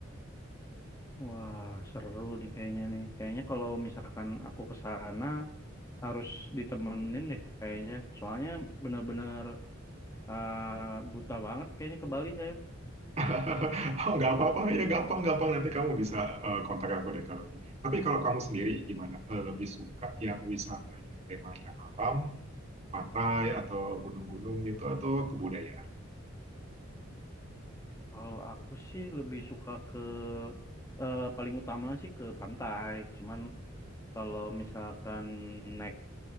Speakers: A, on the left; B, on the right.
A: Wah, seru nih kayaknya nih. Kayaknya kalau misalkan aku ke sana harus ditemenin deh kayaknya. Soalnya benar-benar eh, buta banget kayaknya ke Bali saya.
B: <laughs> Oh, nggak apa-apa ya gampang-gampang nanti kamu bisa eh, kontak aku deh kalau ini. Tapi kalau kamu sendiri gimana? Eh, lebih suka yang wisatanya temanya alam, pantai atau gunung-gunung gitu atau kebudayaan?
A: Kalau aku sih lebih suka ke eh, paling utama sih ke pantai. Cuman kalau misalkan naik